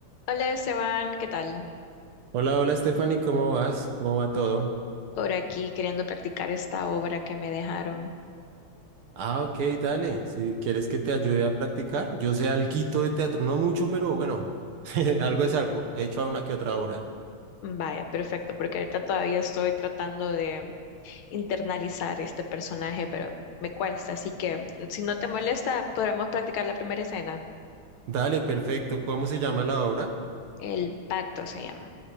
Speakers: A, on the left; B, on the right.
A: Hola Esteban, ¿qué tal?
B: Hola, hola Stephanie, ¿cómo vas? ¿Cómo va todo?
A: Por aquí queriendo practicar esta obra que me dejaron.
B: Ah, ok, dale. Si quieres que te ayude a practicar, yo sé alguito de teatro, no mucho, pero bueno, <laughs> algo es algo. He hecho una que otra obra.
A: Vaya, perfecto, porque ahorita todavía estoy tratando de internalizar este personaje, pero me cuesta, así que si no te molesta, podríamos practicar la primera escena.
B: Dale, perfecto. ¿Cómo se llama la obra?
A: El pacto se llama.